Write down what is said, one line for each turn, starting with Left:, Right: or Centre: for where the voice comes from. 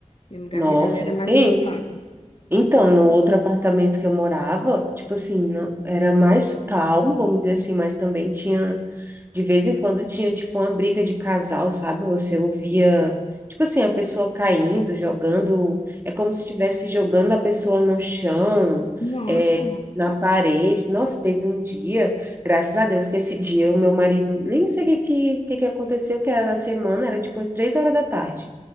Left: tem lugar
Right: Nossa,
Left: que a galera
Right: é
Left: é mais
Right: tenso.
Left: agitada.
Right: Então, no outro apartamento que eu morava, tipo assim, não, era mais calmo, vamos dizer assim, mas também tinha, de vez em quando tinha, tipo, uma briga de casal, sabe? Você ouvia, tipo assim, a pessoa caindo, jogando, é como se estivesse jogando a pessoa no chão,
Left: Nossa,
Right: é, na parede. Nossa, teve um dia, graças a Deus, que esse dia o meu marido, nem sei o que, que, que que aconteceu, que era na semana, era tipo umas três horas da tarde.